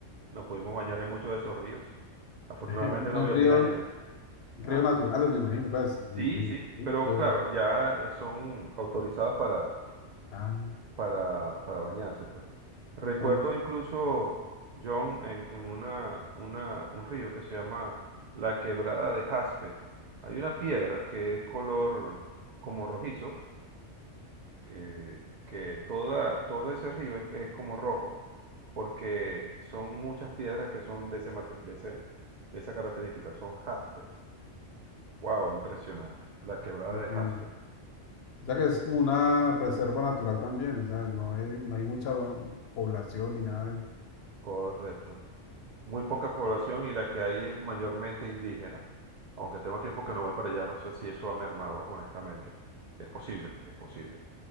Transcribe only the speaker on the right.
Nos pudimos bañar en muchos de esos ríos. Afortunadamente
no
había
pirañas ni nada.
Ah,
sí, sí, pero claro, ya eh, son autorizados para
para, para bañarse, pues. Recuerdo
incluso, John, en, en una, una, un río que se llama la Quebrada de Jaspe. Hay una piedra que es color como rojizo, que, que toda, todo ese río es, es como rojo, porque son muchas piedras que son de ese, mate- de ese- de esa característica, son jaspes. Wow, impresionante. La Quebrada
de Jaspe.
In-
Correcto. muy poca población y la que hay es mayormente indígena. Aunque tengo tiempo que no voy para allá, no sé si eso ha mermado, honestamente. Es posible, es posible.